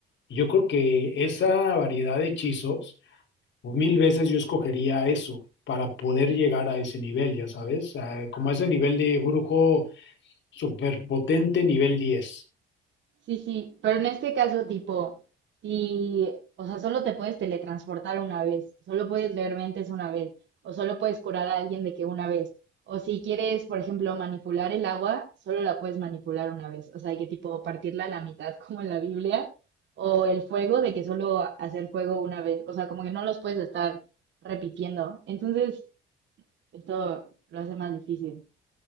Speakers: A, on the left (about 65°); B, on the right (about 65°).
A: Y yo creo que esa variedad de hechizos, mil veces yo escogería eso para poder llegar a ese nivel, ya sabes, a- como ese nivel de brujo superpotente, nivel diez
B: Sí, sí, pero en este caso, tipo, si, o sea, solo te puedes teletransportar una vez, solo puedes leer mentes una vez, o solo puedes curar a alguien de que una vez, o si quieres, por ejemplo, manipular el agua, solo la puedes manipular una vez, o sea, de que tipo partirla a la mitad <laughs> como en la Biblia, o el fuego, de que solo hacer fuego una vez, o sea, como que no los puedes estar repitiendo. Entonces, esto lo hace más difícil.